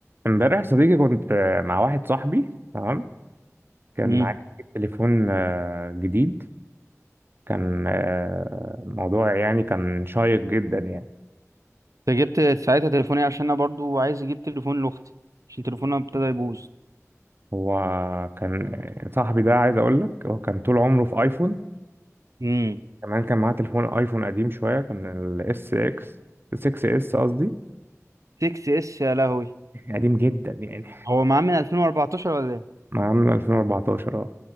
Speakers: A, on the right (about 45°); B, on the right (about 75°).
A: امبارح يا صديقي كنت آه، مع واحد صاحبي تمام كان
B: مم.
A: مم. عايز يجيب تليفون آه، جديد كان آه، موضوع يعني كان شيق جدا يعني
B: انت جبت ساعتها تليفوني عشان انا برضو عايز اجيب تليفون لاختي عشان تليفونها ابتدى يبوظ
A: هو كان آه، صاحبي ده عايز اقول لك هو كان طول عمره في ايفون
B: امم
A: كمان كان معاه تليفون ايفون قديم شويه كان الاس اكس 6 اس قصدي
B: 6 اس يا لهوي
A: قديم جدا يعني
B: هو معاه من 2014 ولا ايه
A: معاه من 2014